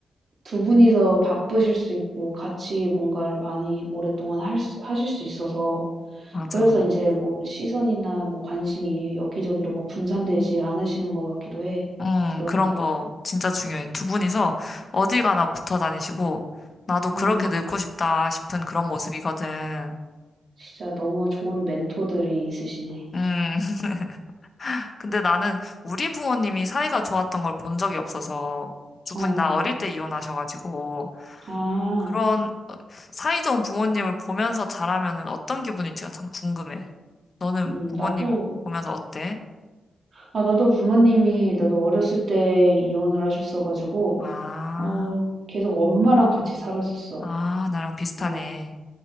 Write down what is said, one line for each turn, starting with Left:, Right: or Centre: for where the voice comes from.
Right: 두 분이서 바쁘실 수 있고 같이 뭔가를 많이 오랫동안 할 수- 하실 수 있어서
Left: 맞아.
Right: 그래서 이제 뭐 시선이나 뭐 관심이 여기저기로 막 분산되지 않으시는 것 같기도 해.
Left: 음,
Right: 들어보니까.
Left: 그런 거 진짜 중요해. 두 분이서 어디 가나 붙어 다니시고, 나도 그렇게
Right: 음.
Left: 늙고 싶다 싶은 그런 모습이거든.
Right: 진짜 너무 좋은 멘토들이 있으시네.
Left: 음, <laughs> 근데 나는 우리 부모님이 사이가 좋았던 걸 본 적이 없어서, 두
Right: 어.
Left: 분이 나 어릴 때 이혼하셔가지고,
Right: 아.
Left: 그런 어, 사이좋은 부모님을 보면서 자라면은 어떤 기분일지가 참 궁금해. 너는
Right: 음
Left: 부모님
Right: 나도
Left: 보면서 어때?
Right: 아, 나도 부모님이, 나도 어렸을 때 이혼을 하셨어가지고,
Left: 아,
Right: 어, 계속 엄마랑 같이 살았었어.
Left: 아, 나랑 비슷하네.
Right: 어,